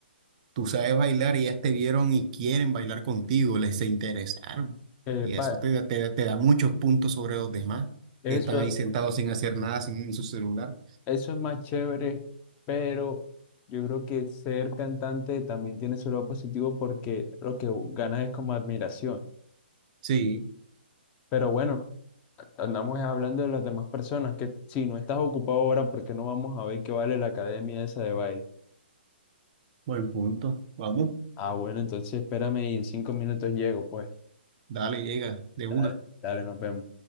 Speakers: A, on the right; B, on the left.
A: tú sabes bailar y ellas te vieron y quieren bailar contigo, les se interesaron.
B: Eh,
A: Y
B: pa-
A: eso te, da- te, da te da muchos puntos sobre los demás.
B: eso,
A: que Están ahí sentados sin hacer nada, sin en su celular.
B: eso es más chévere, pero yo creo que ser cantante también tiene su lado positivo porque lo que ganas es como admiración.
A: Sí,
B: Pero bueno. Andamos hablando de las demás personas, que si no estás ocupado ahora, ¿por qué no vamos a ver qué vale la academia esa de baile?
A: buen punto. Vamos,
B: Ah, bueno, entonces espérame y en cinco minutos llego, pues.
A: dale, llega de
B: Dale,
A: una.
B: dale, nos vemos.